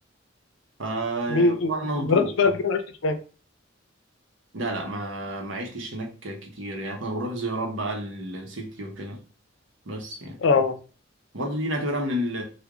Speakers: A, on the right; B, on the left.
A: فيعتبر
B: مين انت
A: انا من
B: ما
A: طوخ
B: جربتش بقى
A: اه
B: انت كده ما عشتش هناك
A: لا لا ما ما عشتش هناك كتير يعني كنا بنروح زيارات بقى لستي وكده بس يعني
B: اه
A: برضه دي نعتبرها من ال-